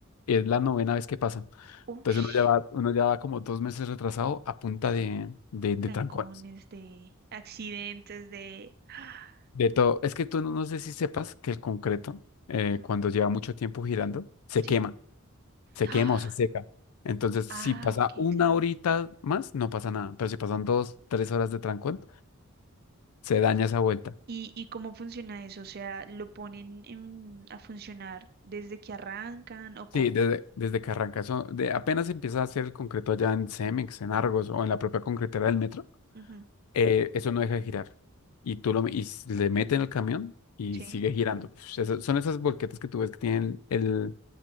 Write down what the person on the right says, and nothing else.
Ush,
trancones
de accidentes de. Ah,
no.
ujú,
Sí.
Ah,
ah,
ok,
claro.
¿Y, y cómo funciona eso? O sea, ¿lo ponen en- a funcionar desde que arrancan o cómo?
Ujú,
Sí.